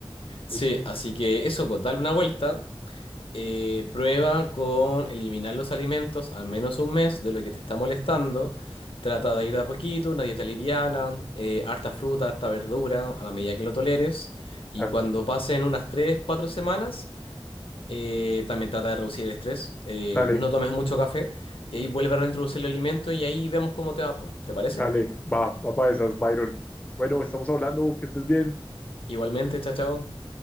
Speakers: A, on the left; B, on the left.
A: Sí,
B: Oye,
A: así que eso, pues darle una vuelta. eh, prueba con eliminar los alimentos al menos un mes de lo que te está molestando. Trata de ir de a poquito, una dieta liviana, eh, harta fruta, harta verdura, a la medida que lo toleres. Y
B: claro.
A: cuando pasen unas 3 4 semanas, eh, también trata de reducir el estrés. eh,
B: Dale,
A: no tomes mucho café y ahí vuelve a reintroducir el alimento y ahí vemos cómo te va, po. ¿Te parece?
B: dale. Va, va para esas, Byron. Bueno, estamos hablando, que estés bien.
A: Igualmente, chao, chao.